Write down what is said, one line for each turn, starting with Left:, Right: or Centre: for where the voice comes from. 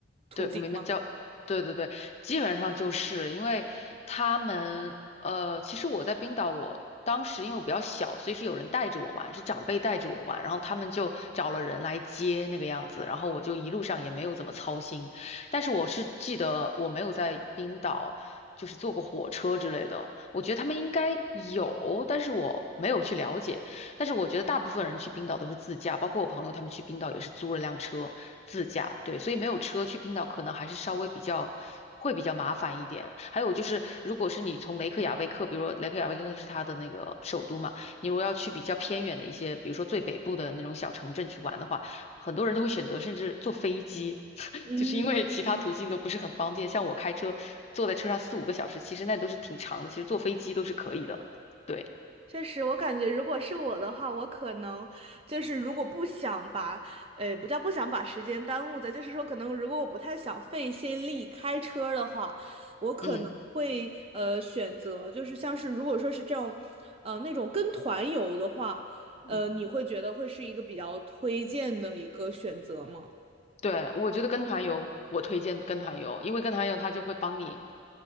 Right: 途径吗？
Left: 对，我明白叫，对对对，基本上就是因为他们，呃，其实我在冰岛我，当时因为我比较小，所以是有人带着我玩，是长辈带着我玩，然后他们就找了人来接那个样子，然后我就一路上也没有怎么操心，但是我是记得我没有在冰岛就是坐过火车之类的，我觉得他们应该有，但是我没有去了解。但是我觉得大部分人去冰岛都是自驾，包括我朋友他们去冰岛也是租了辆车自驾，对，所以没有车去冰岛可能还是稍微比较会比较麻烦一点。还有就是，如果是你从雷克雅未克，比如说雷克雅未克是它的那个首都嘛，你如果要去比较偏远的一些，比如说最北部的那种小城镇去玩的话，很多人都会选择甚至坐飞机，<laughs>
Right: 嗯，
Left: 就是因为其他途径都不是很方便。像我开车坐在车上四五个小时，其实那都是挺长的，其实坐飞机都是可以的。对，
Right: 确实，我感觉如果是我的话，我可能就是如果不想把，呃，不叫不想把时间耽误的，就是说可能如果我不太想费心力开车的话，我可能会呃选择就是像是如果说是这种，
Left: 嗯。
Right: 呃那种跟团游的话，
Left: 嗯
Right: 呃你会觉得会是一个比较推荐的一个选择吗？
Left: 对，我觉得跟团游，我推荐跟团游，因为跟团游他就会帮你，